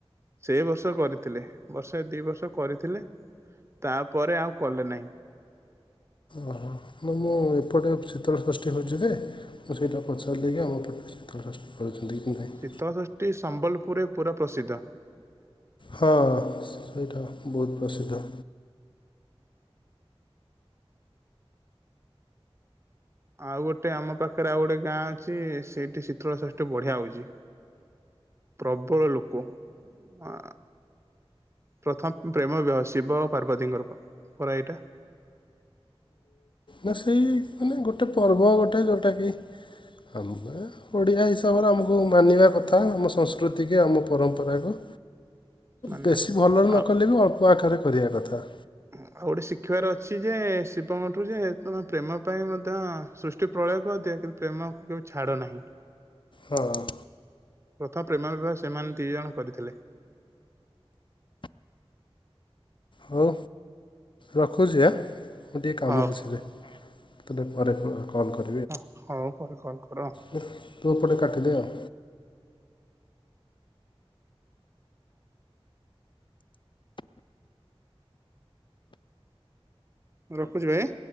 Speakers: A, on the right; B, on the left.
A: ସେଏ ବର୍ଷ କରିଥିଲେ ବର୍ଷେ ଦିଇ ବର୍ଷ କରିଥିଲେ ତାପରେ ଆଉ କଲେ ନାହିଁ।
B: ଓହୋ ନା ମୁଁ ଏପଟେ ଶୀତଳ ଷଷ୍ଠୀ ହୋଉଚି ଯେ। ମୁଁ ସେଇଟା ପଚାରିଲିକି ଆମ ପଟରେ ସିତଳ ସଷ୍ଟି କରୁଚନ୍ତି କି ନାହିଁ।
A: ଶିତଳଷଷ୍ଠୀ ସମ୍ବଲପୁରରେ ପୁରା ପ୍ରସିଦ୍ଧ।
B: ହଁ ସେଇଟା ବୋହୁତ ପ୍ରସିଦ୍ଧ।
A: ଆଉ ଗୋଟେ ଆମ ପାଖରେ ଆଉ ଗୋଟେ ଗାଁ ଅଛି ସେଇଠି ଶୀତଳ ଶଷ୍ଟି ବଢିଆ ହଉଚି। ପ୍ରବଳ ଲୋକ ଆ ପ୍ରଥମ ପ୍ରେମ ବିବାହ ଶିବ ପାର୍ବତୀଙ୍କର ପର ଏଇଟା
B: ନା ସେଇ ମାନେ ଗୋଟେ ପର୍ବ ଗୋଟେ ଯେଉଟାକି ଆ ମାନେ ଓଡ଼ିଆ ହିସାବରେ ଆମକୁ ମାନିବା କଥା ଆମ ସଂସ୍କୃତି କି ଆମ ପରମ୍ପରାକୁ।
A: ମାନେ
B: ବେଶୀ ଭଲରେ
A: ଆଉ
B: ନକଲେ ବି ଅଳ୍ପ ଆକାରେ କରିବା କଥା।
A: ଆଉ ଗୋଟେ ଶିଖିବାର ଅଛି ଯେ ଶିବଙ୍କ ଠୁ ଯେ ତମ ପ୍ରେମ ପାଇଁ ମଧ୍ୟ ତି ପ୍ରଳୟ କରଦିଅ କିନ୍ତୁ ପ୍ରେମଙ୍କୁ କେବେ ଛାଡ ନାହିଁ।
B: ହଁ।
A: ପ୍ରଥମ ପ୍ରେମ ବିବାହ ସେମାନେ ଦି ଜଣ କରିଥିଲେ।
B: ହଉ ରଖୁଛି ଆ, ମୁଁ ଟିକେ କାମ
A: ହଉ
B: କରୁଛି ଏବେ। ତାଲେ ପରେ କ-କଲ୍ କରି
A: ହଁ ହଉ ପରେ କଲ୍ କର।
B: <unintelligible> ତୁ ଏପଟେ କାଟିଦେ ଆଉ।
A: ହଁ ରଖୁଛି ଭାଇ।